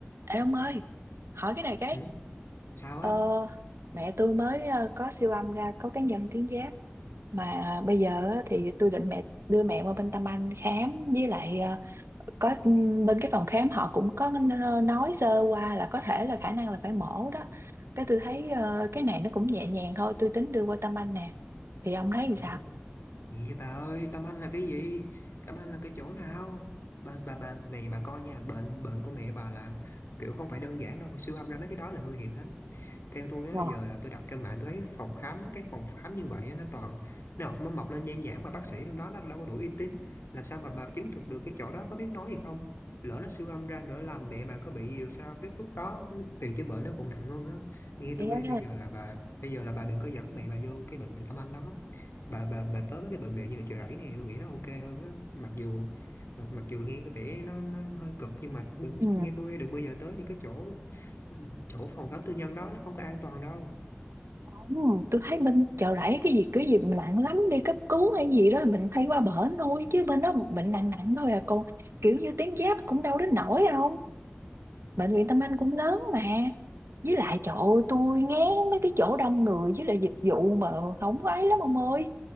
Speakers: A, on the right; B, on the left.
A: Ê ông ơi, hỏi cái này cái.
B: Ừ? Sao
A: Ờ,
B: á?
A: mẹ tôi mới ờ, có siêu âm ra có cái nhân tuyến giáp mà bây giờ á, thì tôi định mẹ đưa mẹ qua bên Tâm Anh khám với lại ờ, có ừ, bên cái phòng khám họ cũng có n- nói sơ qua là có thể là khả năng là phải mổ đó. Cái tôi thấy ờ, cái này nó cũng nhẹ nhàng thôi, tôi tính đưa qua Tâm Anh nè. Thì ông thấy
B: Trời
A: thì sao?
B: ơi, gì vậy bà ơi, Tâm Anh là cái gì? Tâm Anh là cái chỗ nào? Bà, bà, bà này bà coi nha, bệnh bệnh của mẹ bà là kiểu không phải đơn giản đâu, mà siêu âm ra mấy cái đó là nguy hiểm lắm. theo tôi á
A: Ờ.
B: giờ là tôi đặt trên mạng tôi thấy phòng khám cái phòng khám như vậy á, nó toàn nó mọc, nó mọc lên nhan nhản mà bác sĩ trong đó nó đâu có đủ uy tín làm sao mà bà chứng thực được cái chỗ đó có biết nói gì không lỡ nó siêu âm ra nữa làm mẹ mà có bị gì rồi sao biết lúc đó tiền chữa bệnh nó còn nặng hơn á nghe
A: Thế
B: tôi
A: á.
B: bây giờ là bà bây giờ là bà đừng có dẫn mẹ bà vô cái bệnh Từ Tâm Anh đó bà bà bà tới mấy cái bệnh viện như Chợ Rẫy này tôi nghĩ nó ok hơn á mặc dù mặc mặc dù nghe có vẻ nó, nó hơi cực nhưng mà đừng
A: Ừ.
B: nghe tôi đừng bao giờ tới những cái chỗ Ừ, chỗ phòng khám tư nhân đó nó không có an toàn đâu
A: Đúng rồi, tôi thấy bên chợ rẫy cái gì cái gì mà nặng lắm đi cấp cứu hay gì đó mình hay qua bển thôi chứ bên đó bệnh nặng nặng thôi à con kiểu như tuyến giáp cũng đâu đến nổi không bệnh viện Tâm Anh cũng lớn mà với lại trời ơi tôi ngán mấy cái chỗ đông người với lại dịch vụ mà không có ấy lắm ông ơi